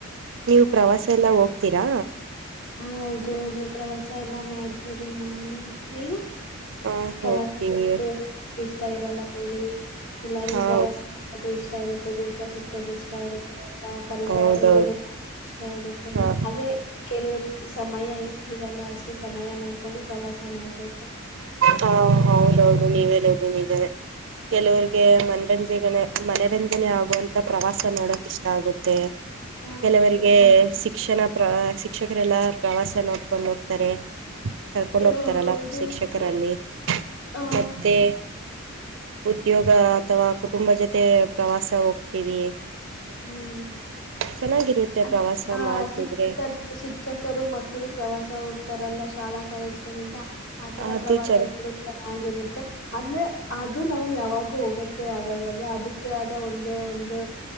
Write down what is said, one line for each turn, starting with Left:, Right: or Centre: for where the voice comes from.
Right: ನೀವು
Left: ಹ
Right: ಪ್ರವಾಸ ಎಲ್ಲ ಹೋಗ್ ತ್ತೀರಾ
Left: ಹಾ ಹೌದೌದು ಪ್ರವಾಸ ಎಲ್ಲಾ ಮಾಡ್ತೇರಿ ನಾವುನು ನೀವು
Right: ಹ
Left: ಪ್ರವಾಸ
Right: ಹೋಗ್ತೀವಿ
Left: ಮಾಡುದು ಇಷ್ಟ ಇರಲ್ಲ ಹೇಳಿ ಎಲ್ಲಾರಿಗು
Right: ಹಾ
Left: ಪ್ರವಾಸ ಅದು ಇಷ್ಟ ಇರುತ್ತೆ ದೇಶ ಸುತ್ತದ ಇಷ್ಟ ಇರುತ್ತೆ ಅವಾ ಪರಿಸರ
Right: ಹೌದೌದು
Left: ನೋಡದು ಇಷ್ಟ ಇರುತ್ತೆ
Right: ಹಾ
Left: ಆದ್ರೆ ಕೆಲವ ಸಮಯ ಇರಲ್ಲ ಅಷ್ಟೇ ಸಮಯ ನೋಡ್ಕೊಂಡು ಪ್ರವಾಸ ಮಾಡ್ಬೇಕು
Right: ಹಾ ಹೌದೌದು ನೀವ್ ಹೇಳೋದು ನಿಜಾನೆ ಕೆಲವರಿಗೆ ಮನದಂಜಿಗನೇ ಮನರಂಜನೆ ಆಗುವಂತ ಪ್ರವಾಸ ನೋಡಕ್ ಇಷ್ಟ ಆಗುತ್ತೆ
Left: ಹ
Right: ಕೆಲವರಿಗೆ ಶಿಕ್ಷಣ ಪ್ರ ಶಿಕ್ಷಕರೆಲ್ಲಾ ಪ್ರವಾಸ ನೋಡ್ಕೊಂಡ್ ಹೋಗ್ತಾರೆ ಕರ್ಕೊಂಡ್ ಹೋಗ್ತಾರಲ್ಲ
Left: ಹೌದು ಹೌದು
Right: ಶಿಕ್ಷಕರಲ್ಲಿ
Left: ಹ
Right: ಮತ್ತೆ ಉದ್ಯೋಗ ಅಥವಾ ಕುಟುಂಬ ಜೊತೆ ಪ್ರವಾಸ ಹೋಗ್ತೀವಿ
Left: ಹ್ಮ್
Right: ಚೆನ್ನಾಗಿರುತ್ತೆ
Left: ಹ
Right: ಪ್ರವಾಸ ಮಾಡ್ತಿದ್ರೆ
Left: ಶಿಕ್ಷಕರ್ ಶಿಕ್ಷಕರು ಮಕ್ಕಳು ಪ್ರವಾಸ ಹೋಗ್ತಾರಲ್ಲ ಶಾಲಾ ಕಾಲೇಜ್ಗಳಿಂದ ಆ ತರ
Right: ಅದು
Left: ಪ್ರವಾಸಗಳು
Right: ಚ
Left: ಚೆನ್ನಾಗಿರುತ್ತೆ ಅಂದ್ರೆ ಅದು ನಾವು ಯಾವಾಗೂ ಹೋಗಕ ಆಗಲ್ವಲ್ ಅದಕ್ಕೆ ಆದ ಒಂದೇ ಒಂದು